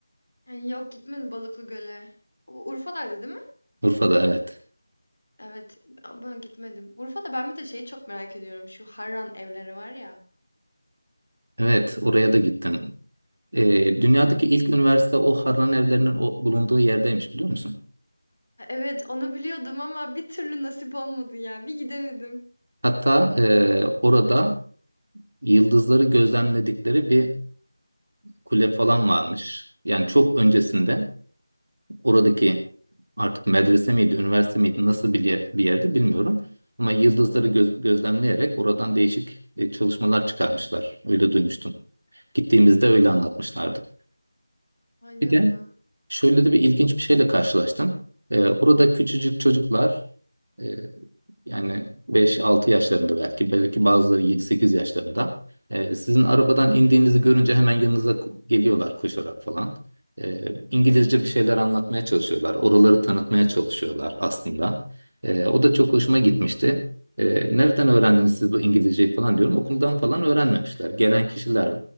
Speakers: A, on the left (about 55°); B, on the right (about 50°).
A: Yani yok gitmedim Balıklı Göl'e. O Urfa'daydı değil mi?
B: Urfa'da evet.
A: Evet. a- Ben gitmedim. Urfa'da ben bir de şeyi çok merak ediyorum. Şu Harran evleri var ya.
B: Evet oraya da gittim. E, dünyadaki ilk üniversite o Harran evlerinin o, bulunduğu yerdeymiş biliyor musun?
A: Evet onu biliyordum ama bir türlü nasip olmadı ya. Bir gidemedim.
B: Hatta e, orada yıldızları gözlemledikleri bir kule falan varmış. Yani çok öncesinde oradaki artık medrese miydi, üniversite miydi, nasıl bir, yer- bir yerde bilmiyorum. Ama yıldızları göz- gözlemleyerek oradan değişik e, çalışmalar çıkarmışlar. Öyle duymuştum. Gittiğimizde öyle anlatmışlardı.
A: Vay
B: Bir
A: canına.
B: de Şöyle de bir ilginç bir şeyle karşılaştım. Ee, orada küçücük çocuklar e, yani 5-6 yaşlarında belki belki bazıları 7-8 yaşlarında e, sizin arabadan indiğinizi görünce hemen yanınıza ku- geliyorlar koşarak falan. E, İngilizce bir şeyler anlatmaya çalışıyorlar. Oraları tanıtmaya çalışıyorlar aslında. E, o da çok hoşuma gitmişti. E, nereden öğrendiniz siz bu İngilizceyi falan diyorum. Okuldan falan öğrenmemişler. Gelen kişilere